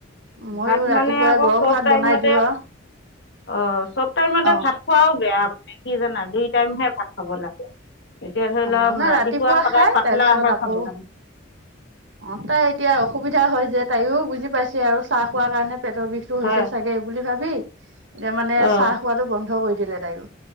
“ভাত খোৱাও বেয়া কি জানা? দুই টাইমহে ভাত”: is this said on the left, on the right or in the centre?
Left